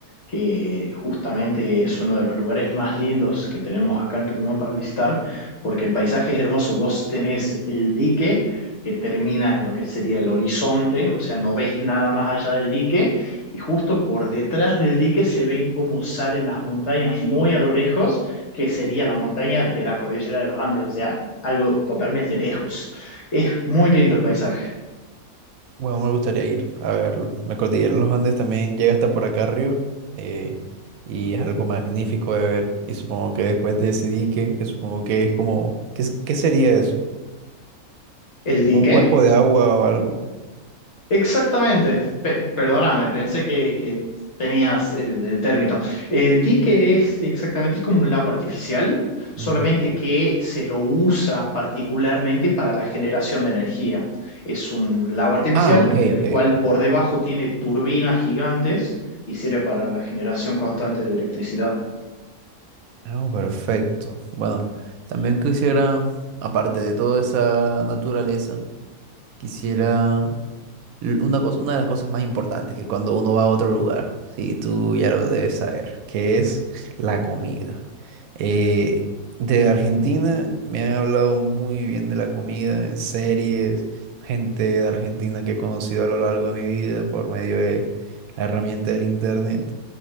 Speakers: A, on the left (about 55°); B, on the right (about 75°).
A: que justamente es uno de los lugares más lindos que tenemos acá en Tucumán para visitar, porque el paisaje es hermoso. Vos tenés el dique que termina en lo que sería el horizonte, o sea, no ves nada más allá del dique, y justo por detrás del dique se ven cómo salen las montañas muy a lo lejos que sería la montaña de la cordillera de los Andes, o sea, algo totalmente lejos. Es muy lindo el paisaje.
B: Bueno, me gustaría ir a verlo. La cordillera de los Andes también llega hasta por acá arriba eh, y es algo magnífico de ver. Y supongo que después de ese dique, que supongo que es como, ¿qué, es- qué sería eso?
A: ¿El dique?
B: ¿Un cuerpo de agua o algo?
A: Exactamente. Pe- perdóname, pensé que, que tenías el, el término. El dique es exactamente es como un lago artificial, solamente
B: Ok.
A: que se lo usa particularmente para la generación de energía. Es un lago artificial
B: Ah, ok,
A: en
B: ok,
A: el cual
B: ok.
A: por debajo tiene turbinas gigantes y sirve para la generación constante de electricidad.
B: Ah, perfecto. Bueno, también quisiera, aparte de toda esa naturaleza, Quisiera l- una cosa, una de las cosas más importantes que cuando uno va a otro lugar, sí, tú ya lo debes saber, que es la comida. Eh, de Argentina me han hablado muy bien de la comida en series, gente de Argentina que he conocido a lo largo de mi vida por medio de la herramienta del internet.